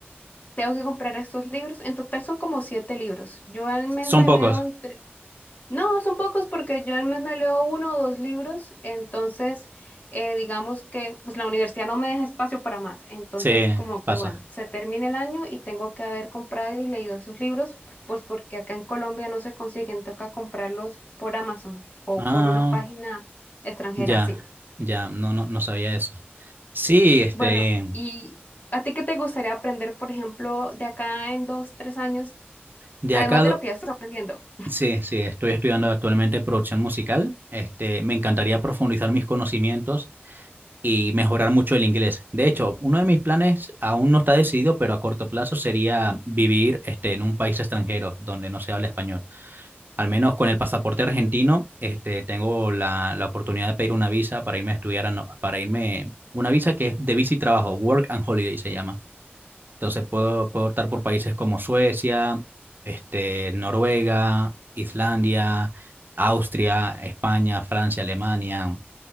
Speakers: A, on the left; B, on the right.
A: tengo que comprar estos libros. En total son como siete libros. Yo al mes
B: Son
A: me
B: pocos.
A: leo no, son pocos porque yo al mes me leo uno o dos libros, entonces eh, digamos que pues, la universidad no me deja espacio para más, entonces
B: Sí,
A: como que
B: pasa.
A: bueno, se termina el año y tengo que haber comprado y leído sus libros, pues porque acá en Colombia no se consiguen, toca comprarlos por Amazon o
B: Ah,
A: por una página extranjera,
B: ya,
A: sí.
B: ya. No, no, no sabía eso. Sí, este,
A: Bueno, ¿y a ti qué te gustaría aprender, por ejemplo, de acá en dos, tres años,
B: de
A: además
B: acá, do-
A: de lo que ya estás aprendiendo?
B: sí, sí, estoy estudiando actualmente producción musical. Este, me encantaría profundizar mis conocimientos y mejorar mucho el inglés. De hecho, uno de mis planes aún no está decidido, pero a corto plazo sería vivir este, en un país extranjero donde no se habla español. Al menos con el pasaporte argentino, este, tengo la, la oportunidad de pedir una visa para irme a estudiar, a no- para irme, una visa que es de visa y trabajo, Work and Holiday se llama. Entonces puedo, puedo optar por países como Suecia, este, Noruega, Islandia, Austria, España, Francia, Alemania.